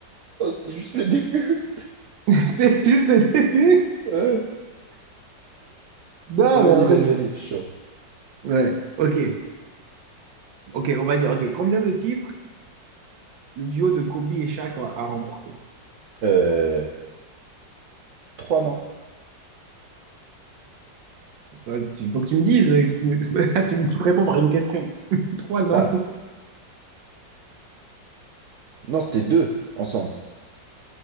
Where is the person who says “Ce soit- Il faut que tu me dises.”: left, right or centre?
Right